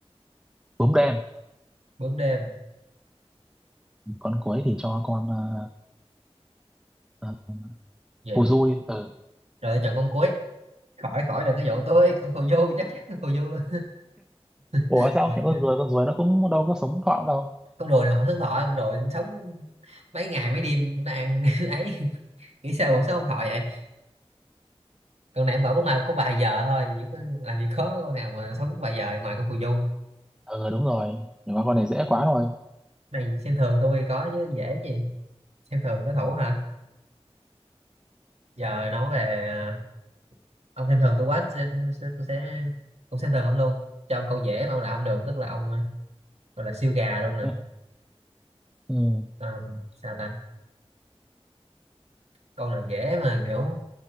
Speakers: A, in the centre; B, on the right.
A: bướm đen
B: bướm đêm
A: con cuối thì cho con ờ, ờ,
B: gì rồi
A: phù du đi ừ.
B: tôi chọn con cuối khỏi khỏi đừng có dụ tôi con phù du chắc chắn con phù du luôn
A: ủa
B: <laughs>
A: sao
B: khỏi
A: không chọn con ruồi con ruồi nó cũng đâu có sống thọ đâu
B: con rùa này mà không sống thọ con rùa sống mấy ngày mấy đêm nó ăn <laughs> ấy nghĩ sao bọn sống không thọ vậy con này ăn phở bún mai có vài giờ thôi chứ có làm gì có con nào mà sống vài giờ ngoài con phù du
A: ừ đúng rồi nhưng mà con này dễ quá rồi
B: này xem thường tôi có chứ dễ gì xem thường đối thủ hả giờ nói về à, ông xem thường tôi quá tôi sẽ, tôi sẽ, tôi sẽ cũng xem thường ông luôn cho ông câu dễ mà ông là ông được tức là ông à, gọi là siêu gà luôn nè
A: ừ. ừ,
B: Ờ, sao ta câu nào dễ mà kiểu